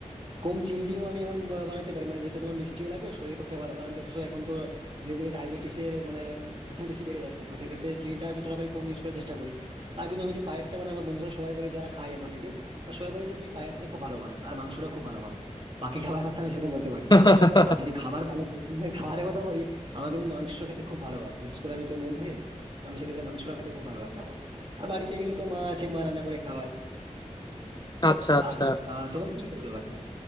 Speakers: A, on the right; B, on the left.
A: কম চিনি দিয়েও আমি এমন বা- বানাতে পারি মানে যাতে তোমার মিষ্টিও লাগবে শরীরের পক্ষে ভালো কারণ দেখছো এখন তো ধীরে ধীরে ডায়াবেটিসের মানে পেশেন্ট বেশি বেড়ে যাচ্ছে তো সেক্ষেত্রে চিনিটা যতটা পারি কম ইউজ করার চেষ্টা করি তা কিন্তু আমি যে পায়েসটা বানাই আমার বন্ধুরা সবাই বলে যারা খায় আমার থেকে আর সবাই বলে যে তুই পায়েসটা খুব ভালো বানাস আর মাংসটা খুব ভালো বানাস বাকি খাবার কথা আমি সেরকম বলতে পারছি
B: <laughs>
A: না আর যদি খাবার ভালো পছন্দের খাবারের কথা বলি আমার কিন্তু মাংস খেতে খুব ভালোবাসে বিশেষ করে আমি তো নন ভেজ তো আমি সেক্ষেত্রে মাংসটা খেতে খুব ভালোবাসে আমার আর বাড়িতে গেলে তো মা আছে মা রান্না করে খাওয়ায়
B: আচ্ছা আচ্ছা
A: আর আহ, তোমার কি খেতে ভালো লাগে?